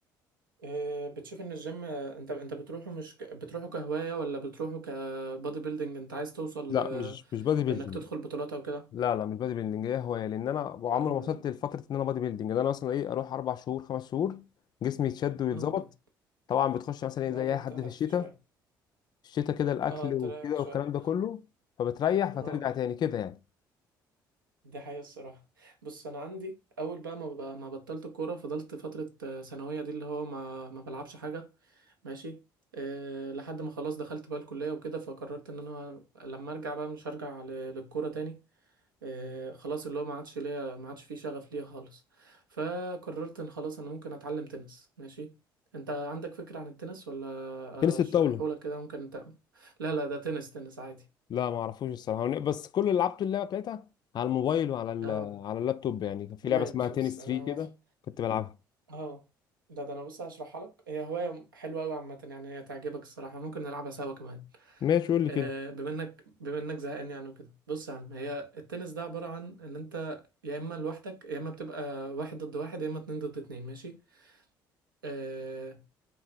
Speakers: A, on the right; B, on the left.
A: آه، بتشوف ان الجيم آه، انت انت بتروحه مش ك... بتروحه كهواية ولا بتروحه كبادي بيلدينج انت عايز توصل
B: لا
A: آه،
B: مش مش بادي بيلدينج
A: انك تدخل بطولات او كده
B: لا لا مش بادي بيلدينج هي هوايه لان انا عمري
A: اه
B: ما وصلت لفتره ان انا بادي بيلدينج ده انا مثلا ايه اروح اربع شهور خمس شهور جسمي يتشد ويتظبط
A: اه آه.
B: طبعا بتخش مثلا
A: بعدين
B: ايه زي اي حد
A: تهدي
B: في الشتاء
A: شوية
B: الشتاء كده الاكل
A: اه تريح
B: وكده
A: شوية
B: والكلام ده كله فبتريح
A: اه
B: فترجع تاني كده يعني
A: دي حقيقة الصراحة بص انا عندي اول بقى ما ب... ما بطلت الكورة فضلت فترة آه، ثانوية دي اللي هو ما ما بلعبش حاجة ماشي أه لحد ما خلاص دخلت بقى الكلية وكده فقررت ان انا لما ارجع بقى مش هرجع ل- للكورة تاني آه، خلاص اللي هو ما عادش ليا ما عادش فيه شغف ليا خالص فقررت ان خلاص انا ممكن اتعلم تنس ماشي انت عندك فكرة عن التنس ولا
B: تنس
A: اشرحه
B: الطاوله
A: لك كده ممكن انت لا لا ده تنس تنس عادي
B: لا ما اعرفوش الصراحه بس كل اللي لعبته اللعبه بتاعتها على الموبايل وعلى ال-
A: اه
B: على اللابتوب يعني كان في
A: لا
B: لعبه اسمها
A: يا باشا
B: تنس
A: بص انا
B: 3
A: هش-
B: كده كنت بلعبها
A: اه ده ده انا بص هشرحها لك هي هواية حلوة قوي عامة يعني هي تعجبك الصراحة ممكن نلعبها سوا كمان
B: ماشي قول لي
A: آه،
B: كده
A: بما انك بما انك زهقان يعني وكده بص يا عم هي التنس ده عبارة عن ان انت يا اما لوحدك يا اما بتبقى واحد ضد واحد يا اما اتنين ضد اتنين ماشي آه،